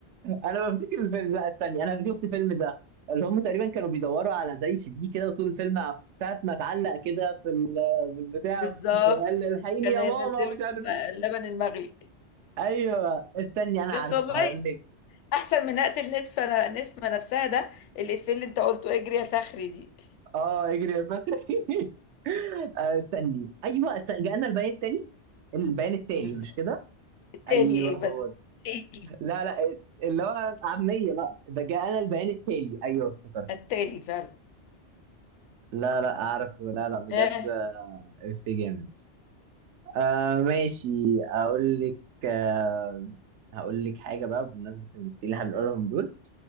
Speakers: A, on the right (about 75°); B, on the left (about 80°).
A: انا بفتكر الفيلم لا استني انا شفت الفيلم ده اللي هم تقريبا كانوا بيدوروا على زي سي دي كده وطول الفيلم ع- ساعة ما اتعلق كده في ال- في البتاع
B: بالظبط
A: وقال الحقيني
B: كان
A: يا
B: ينزله
A: ماما ومش
B: في
A: عارف
B: الم-
A: ايه
B: اللبن المغلي
A: ايوه استني انا
B: بس
A: عارفه
B: والله
A: هقول لك
B: احسن من اقتل نصف انا نسمه نفسها ده الافيه اللي انت قلته اجري يا فخري دي
A: اه اجري يا بكري <laughs> آه، استني ايوه استني جاءنا البيان التالي البيان التالي
B: بالظبط
A: مش كده
B: تاني
A: ايوه
B: ايه
A: هو
B: بس
A: ده
B: <laughs>
A: لا لا اللي هو عاميه بقى ده جاءنا البيان التالي ايوه افتكرت
B: التالي فعلا
A: لا لا اعرف لا لا بجد
B: ها
A: في جامد آه ماشي اقول لك آه هقول لك حاجه بقى بمناسبه الممثلين اللي هنقولهم دول